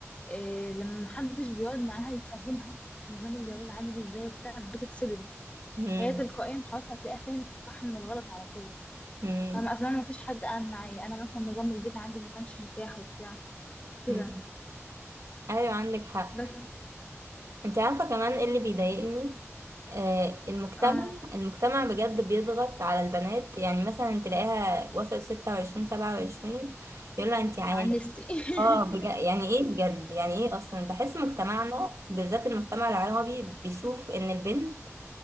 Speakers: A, on the left (about 25°); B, on the right (about 75°).
A: إيه لما محدش بيقعد معاها يفهمها نظام الجواز عامل ازاي وبتاع بتتصدم
B: مم.
A: هي تلقائيا خلاص هتلاقيها فهمت الصح من الغلط على طول
B: مم.
A: فانا اصلا ما فيش حد قال معايا انا مثلا نظام البيت عندي ما كانش متاح وبتاع كده
B: مم. ايوه عندك حق
A: بس
B: انت عارفة كمان ايه اللي بيضايقني آه، المجتمع
A: آه
B: المجتمع بجد بيضغط على البنات يعني مثلا تلاقيها وصلت ستة وعشرين سبعة وعشرين يقولها انت عاني
A: عن نفسي <laughs>
B: اه بجد يعني ايه بجد يعني ايه اصلا بحس مجتمعنا بالذات المجتمع العربي بيشوف ان البنت